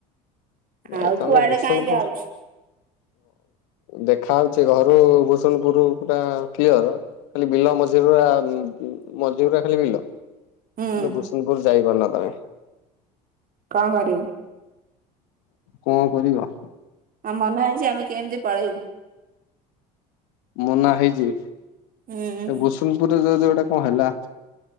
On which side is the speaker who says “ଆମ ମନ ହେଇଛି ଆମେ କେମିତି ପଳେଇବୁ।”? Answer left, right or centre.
Right